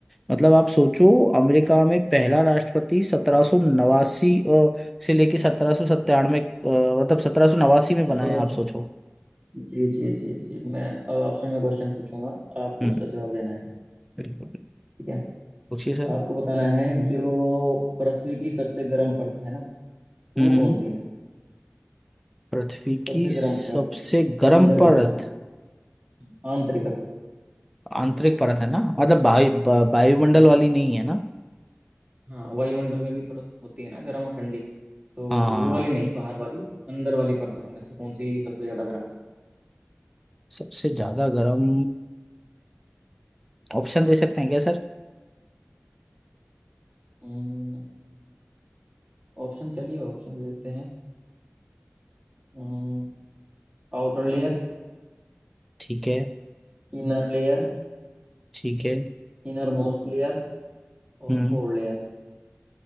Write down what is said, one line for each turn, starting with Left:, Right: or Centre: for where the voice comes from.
Centre: मतलब आप सोचो अमेरिका में पहला राष्ट्रपति सत्रह सौ नवासी से लेके सत्रह सौ सत्तानवे मतलब सत्रह सौ नवासी में बना
Right: चलो
Centre: है आप सोचो
Right: जी जी जी जी मैं अब आपसे मैं क्वेश्चन पूछूंगा आपको
Centre: हम्म
Right: उसका जवाब देना है
Centre: बिल्कुल
Right: ठीक है
Centre: पूछिए सर
Right: आपको बताना है जो पृथ्वी की सबसे गर्म परत है ना वो
Centre: हम्म हम्म।
Right: कौन सी है
Centre: पृथ्वी
Right: सबसे
Centre: की सबसे
Right: गर्म परत
Centre: गर्म
Right: अंदर की
Centre: परत
Right: तरफ हम्म, आंतरिक वो भी
Centre: आंतरिक परत है ना मतलब वायु वा- वायुमंडल
Right: हम्म, हाँ
Centre: वाली नहीं है ना
Right: हाँ वायुमंडल में भी परत होती है ना गर्म और ठंडी तो
Centre: हाँ
Right: वो वाली नहीं बाहर वाली अंदर वाली परतों में से कौन सी सबसे ज्यादा गर्म है
Centre: सबसे ज्यादा गर्म ऑप्शन दे सकते हैं क्या
Right: हम्म, ऑप्शन चलिए ऑप्शन देते हैं हम्म, outer layer
Centre: ठीक है
Right: Inner layer
Centre: ठीक है
Right: Innermost layer और
Centre: हम्म
Right: कोर लेयर